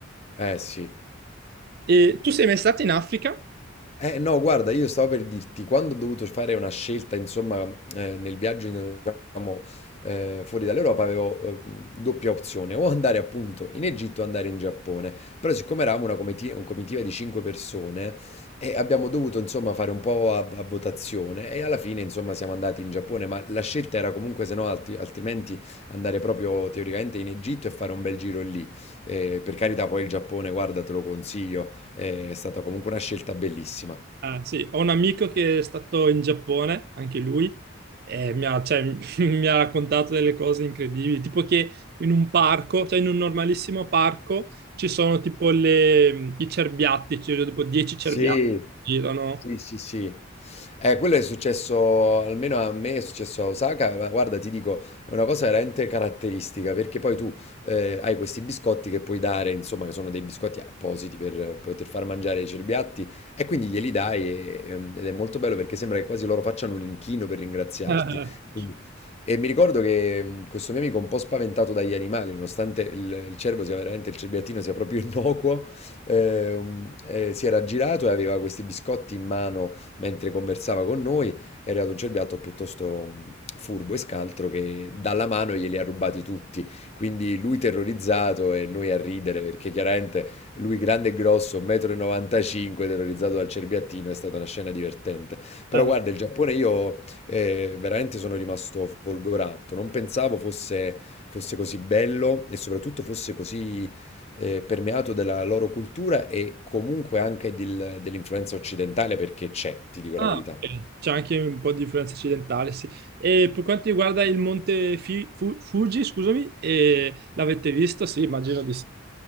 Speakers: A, on the left; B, on the right.
A: eh sì.
B: E tu sei mai stato in Africa?
A: Eh no, guarda, io stavo per dirti, quando ho dovuto fare una scelta, insomma, eh, nel viaggio, in- diciamo, eh, fuori dall'Europa, avevo eh, mh, doppia opzione, o andare appunto in Egitto o andare in Giappone. Però siccome eravamo una comiti- una comitiva di cinque persone, eh, abbiamo dovuto, insomma, fare un po' a, a votazione e alla fine, insomma, siamo andati in Giappone, ma la scelta era comunque, se no, altri- altrimenti andare proprio teoricamente in Egitto e fare un bel giro lì. Eh, per carità, poi il Giappone, guarda, te lo consiglio è stata comunque una scelta bellissima.
B: Ah, sì, ho un amico che è stato in Giappone, anche lui, e mi ha, cioè, <laughs> mi ha raccontato delle cose incredibili, tipo che in un parco, cioè in un normalissimo parco, ci sono tipo le- i cerbiatti, ci sono tipo 10 cerbiatti
A: Sì,
B: che girano.
A: sì, sì, sì. Eh, quello è successo, almeno a me è successo a Osaka, ma guarda, ti dico, è una cosa veramente caratteristica, perché poi tu eh, hai questi biscotti che puoi dare, insomma, che sono dei biscotti appositi per poter far mangiare ai cerbiatti, e quindi glieli dai e- ehm, ed è molto bello perché sembra che quasi loro facciano un inchino per ringraziarti.
B: <laughs>
A: Quindi- E mi ricordo che mh, questo mio amico un po' spaventato dagli animali, nonostante il, il cervo sia veramente, il cerbiattino sia proprio <laughs> innocuo, eh, eh, si era girato e aveva questi biscotti in mano mentre conversava con noi. È arrivato un cerbiatto piuttosto mh, furbo e scaltro che dalla mano glieli ha rubati tutti. Quindi lui terrorizzato e noi a ridere perché chiaramente lui grande e grosso, 1,95 m, terrorizzato dal cerbiattino, è stata una scena divertente. Però
B: Eh,
A: guarda,
B: eh,
A: il Giappone io eh, veramente sono rimasto folgorato, non pensavo fosse, fosse così bello e soprattutto fosse così eh, permeato della loro cultura e comunque anche del- dell'influenza occidentale perché c'è, ti dico
B: ah,
A: la verità.
B: ok. C'è anche un po' di influenza occidentale, sì. E per quanto riguarda il monte Fi- Fu- Fuji, scusami, eh, l'avete visto? Sì, immagino di sì.